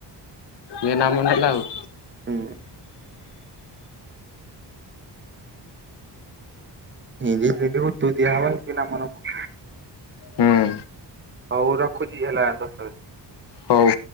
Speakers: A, on the left; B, on the right.
A: ଇଏ ନାମ ଆଉ।
B: ହୁଁ <unintelligible> ତୁ ଦିଅ ହବ ନାମ ନବ।
A: ହୁଁ।
B: ହଉ ରଖୁଛି ହେଲା ଦଶ।
A: ହଉ।